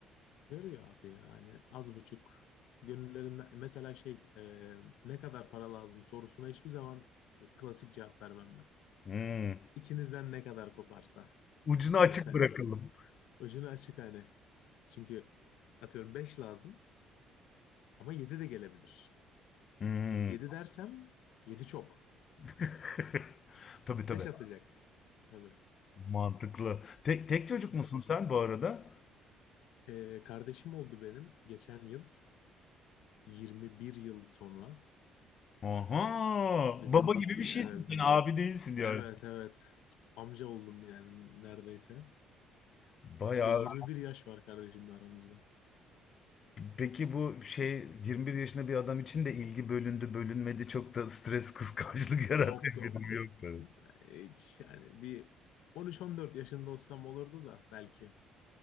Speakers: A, on the left; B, on the left.
A: Görüyor abi yani az buçuk gönüllerinden mesela şey e, ne kadar para lazım sorusuna hiçbir zaman klasik cevap vermem ben.
B: Hmm.
A: İçinizden ne kadar koparsa
B: Ucunu açık
A: hani, hani
B: bırakalım.
A: ucunu açık hani çünkü atıyorum 5 lazım ama yedi de gelebilir.
B: Hmm.
A: yedi dersem 7 çok
B: <laughs> Tabii tabii.
A: 5 atacak tabii.
B: Mantıklı. Tek, tek çocuk musun
A: Evet.
B: sen bu arada?
A: E, kardeşim oldu benim geçen yıl 21 yıl sonra
B: Aha.
A: bizim
B: Baba gibi bir şeysin
A: evet
B: sen. Abi değilsin yani.
A: evet evet amca oldum yani neredeyse.
B: Bayağı.
A: İşte 21 yaş var kardeşimle aramızda.
B: Peki bu şey 21 yaşında bir adam için de ilgi bölündü bölünmedi çok da stres kıskançlık <laughs> yaratan
A: Yok yok.
B: bir durum yok tabii.
A: Hiç yani bir 13-14 yaşında olsam olurdu da belki.